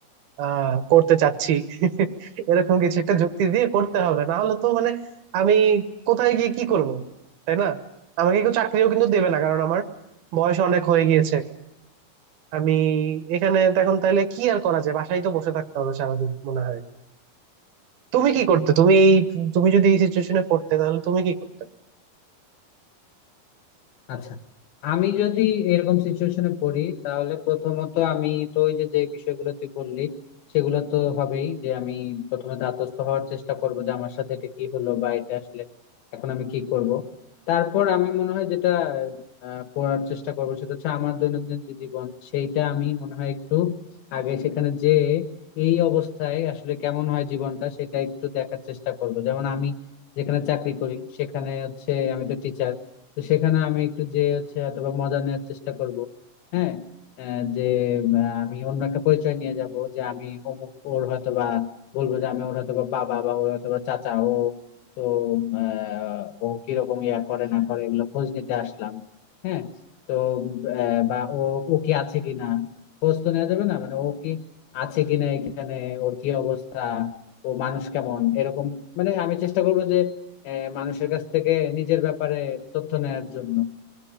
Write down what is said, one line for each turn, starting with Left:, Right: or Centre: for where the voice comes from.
Right: আহ করতে চাচ্ছি <laughs> এরকম কিছু একটা যুক্তি দিয়ে করতে হবে না হলে তো মানে আমি কোথায় গিয়ে কি করব তাই না আমাকে কেউ চাকরিও কিন্তু দেবে না কারণ আমার বয়স অনেক হয়ে গিয়েছে আমি এখানে তো এখন তাইলে কি আর করা যায় বাসায় তো বসে থাকতে হবে সারাদিন মনে হয় তুমি কি করতে তুমি এই তুমি যদি এই সিচুয়েশনে পড়তে তাহলে তুমি কি করতে
Left: আচ্ছা আমি যদি এরকম সিচুয়েশনে পড়ি তাহলে প্রথমত আমি তো ওই যে যে বিষয়গুলো তুই বললি সেগুলো তো হবেই যে আমি প্রথমে ধাতস্থ হওয়ার চেষ্টা করব যে আমার সাথে এটা কি হলো বা এটা আসলে এখন আমি কি করব তারপর আমি মনে হয় যেটা আহ, করার চেষ্টা করবো সেটা হচ্ছে আমার দৈনন্দিন যে জীবন সেইটা আমি মনে হয় একটু আগে সেখানে যে এই অবস্থায় আসলে কেমন হয় জীবনটা সেটা একটু দেখার চেষ্টা করব যেমন আমি যেখানে চাকরি করি সেখানে হচ্ছে আমি তো টিচার তো সেখানে আমি একটু যে হচ্ছে অথবা মজা নেওয়ার চেষ্টা করব হ্যাঁ আহ, যে উম, আমি অন্য একটা পরিচয় নিয়ে যাব যে আমি অমুক ওর হয়তো বা বলবো যে আমি ওর হয়তো বা বাবা বা ওর হয়তো বা চাচা ও তো আহ, ও কিরকম ইয়া করে না করে এগুলো খোঁজ নিতে আসলাম হ্যাঁ তো আহ, বা ও ও কি আছে কিনা খোঁজ তো নেওয়া যাবে না মানে ও কি আছে কিনা এখানে ওর কি অবস্থা ও মানুষ কেমন এরকম মানে আমি চেষ্টা করবো যে আহ, মানুষের কাছ থেকে নিজের ব্যাপারে তথ্য নেয়ার জন্য